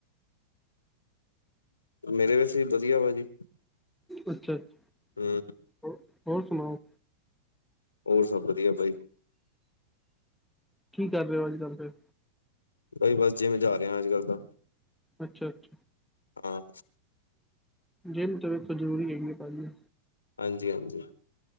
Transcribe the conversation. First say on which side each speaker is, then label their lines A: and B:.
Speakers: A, on the left; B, in the centre.
A: ਮੇਰੇ ਵੈਸੇ ਵਧੀਆ ਵਾ ਜੀ।
B: ਅੱਛਾ ਅੱਛਾ
A: ਹਮ
B: ਹੋਰ ਸੁਣਾਓ?
A: ਹੋਰ ਸਭ ਵਧੀਆ ਬਾਈ।
B: ਕਿ ਕਰ ਰਹੇ ਹੋ ਅਜ ਕੱਲ ਫਿਰ?
A: ਭਾਜੀ ਬਸ ਜਿਮ ਜਾ ਰਿਹਾ ਅੱਜ ਕੱਲ੍ਹ ਤਾਂ।
B: ਅੱਛਾ-ਅੱਛਾ
A: ਹਾਂ।
B: ਜਿਮ ਜਾਣਾ ਤਾ ਜ਼ਰੂਰੀ ਹੋ ਗਈ ਏ ਭਾਜੀ।
A: ਹਾਂਜੀ-ਹਾਂਜੀ।